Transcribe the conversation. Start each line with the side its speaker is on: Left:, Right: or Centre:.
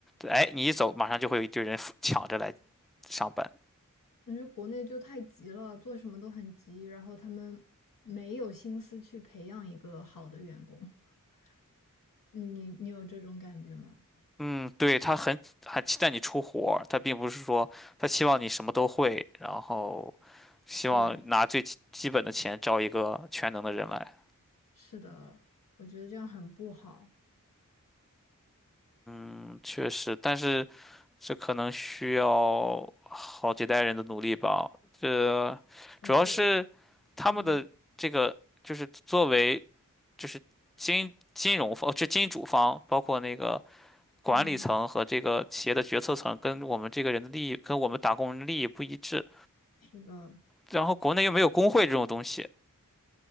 Centre: 哎，你一走，马上就会有一堆人抢着来上班。
Left: 因为国内就太急了，做什么都很急，然后他们没有心思去培养一个好的员工。<laughs> 你你你有这种感觉吗？
Centre: 嗯，对，他很很期待你出活儿他并不是说他希望你什么都会，然后希望拿最基基本的钱招一个全能的人来。
Left: 对，是的，我觉得这样很不好。
Centre: 嗯确实，但是。这可能需要好几代人的努力吧。这主要是他们的这个，
Left: 我就嗯。
Centre: 就是作为就是金金融方，哦这金主方，包括那个管理层和这个企业的决策层，
Left: 嗯，
Centre: 跟我们这个人的利益，跟我们打工人的利益不一致。
Left: 是的，
Centre: 然后国内又没有工会这种东西，